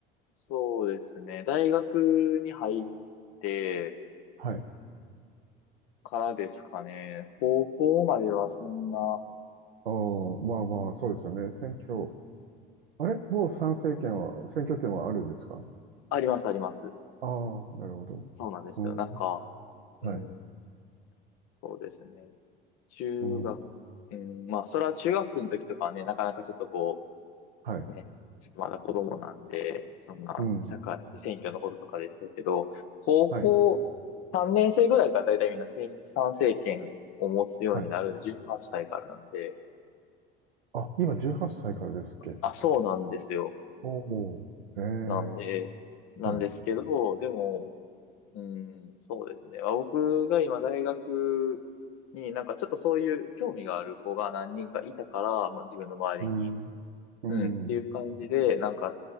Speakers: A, on the left; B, on the right.
A: そうですね。大学に入って
B: はい。
A: からですかね。高校まではそんな、
B: ああ、まあまあ、そうですよね。選挙。あれもう参政権は、選挙権はあるんですか
A: あります、あります。
B: ああ、なるほど。
A: そうなんですよ。
B: うん。
A: なんか、うん、
B: はい。
A: そうですね。中学、
B: うん。
A: うん、まあ、それは中学の時とかはね、なかなかちょっとこ
B: はい。
A: ね、ちょっとまだ子供なんで、そんな、
B: うん。
A: 社会、選挙のこととかでしたけど、高校3年生ぐらいからだいたいみんな選参政権を持つようになるんで、
B: はい。はい。
A: 18歳からなんで、
B: あ、今18歳からですっけ
A: あ、そうなんですよ。
B: おおー。ええ
A: なんで、なんですけど、
B: はい。
A: でも、うん、そうですね。まあ、僕が今大学になんかちょっとそういう興味がある子が何人かいたから、まあ、自分の周りに。
B: うん。うん。
A: うん、っていう感じで、なんか